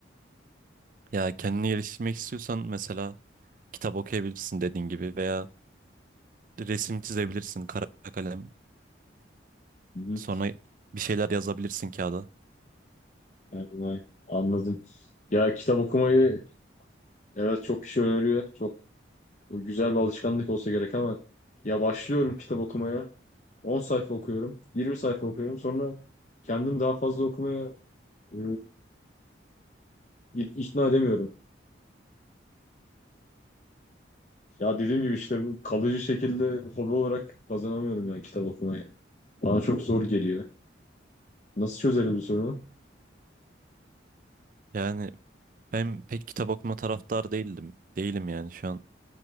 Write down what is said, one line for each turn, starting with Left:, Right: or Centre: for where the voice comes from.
Right: Ya kendini geliştirmek istiyorsan mesela kitap okuyabilirsin dediğin gibi veya resim çizebilirsin kara kalem.
Left: Hı hı.
Right: Sonra bir şeyler yazabilirsin kağıda.
Left: Yani vay, Anladım. Ya kitap okumayı evet çok kişi öneriyor. Çok güzel bir alışkanlık olsa gerek ama ya başlıyorum kitap okumaya. 10 sayfa okuyorum, 20 sayfa okuyorum. Sonra kendimi daha fazla okumaya e, it- ikna edemiyorum. Ya dediğim gibi işte bu kalıcı şekilde hobi olarak kazanamıyorum yani kitap okumayı. Bana çok zor geliyor. Nasıl çözeriz bu sorunu?
Right: Yani ben pek kitap okuma taraftar değildim. Değilim yani şu an.